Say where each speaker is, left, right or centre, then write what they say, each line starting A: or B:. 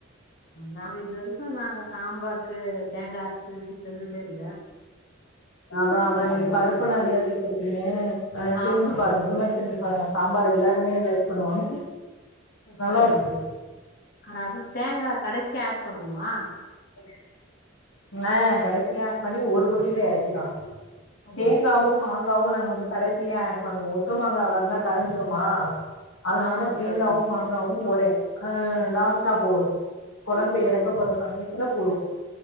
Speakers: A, on the left (about 50°); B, on the left (about 85°).
A: நாங்க இது வரைக்கு நாங்க சாம்பாருக்கு தேங்கா அரைச்சு ஊத்தி செஞ்சதே இல்ல
B: அதா அதா
A: பரவா
B: நீங்க பருப்பு
A: தோழி
B: நெறைய சேத்திருப்பீங்க அ செஞ்சு
A: ஆமா
B: பாருங்க
A: தோழி
B: இந்த மாரி செஞ்சுப் பாருங்க சாம்பார் எல்லாருமே லைக் பண்ணுவாங்க நல்லா
A: சரிங்
B: இருக்கு
A: தோழி அது தேங்கா கடசியா ஆட் பண்ணுமா
B: <inaudible> அ கடசியா ஆட் பண்ணி ஒரு கொதியில எறக்கிடணு
A: ஓ
B: தேங்காவு மாங்காவு நாங்க வந்து கடசியா ஆட் பண்ணுவோ ஒட்டு மாங்காவா இருந்தா கரஞ்சிருமா அதுனால
A: ஆமாங்
B: தேங்காவு
A: தோழி
B: மாங்காவு ஒரு ஆ லாஸ்ட்டா போடுவோ கொழம்பு எறக்க போற சமயத்துல போடுவோ